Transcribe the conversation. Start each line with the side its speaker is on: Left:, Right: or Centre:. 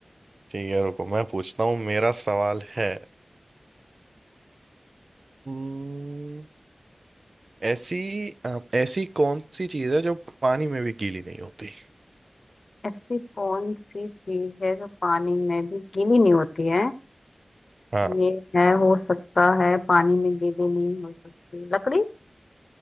Right: ठीक है रुको मैं पूछता हूँ मेरा सवाल है हम्म, ऐसी अ, ऐसी कौन सी चीज है जो पानी में भी गीली नहीं होती
Left: ऐसी कौन सी चीज है जो पानी में भी गीली नहीं होती है
Right: हाँ
Left: ये है हो सकता है पानी में गीली नहीं हो सकती लकड़ी